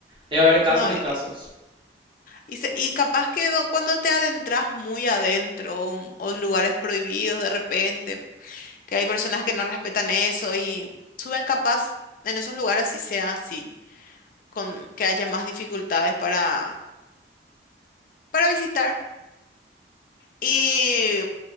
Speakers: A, on the right; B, on the left.
A: Debe haber casos
B: No,
A: y
B: y,
A: casos.
B: y se- y capaz que no- cuando te adentras muy adentro o, o lugares prohibidos de repente, que hay personas que no respetan eso y suben capaz en esos lugares si sea así, con que haya más dificultades para, para visitar. Y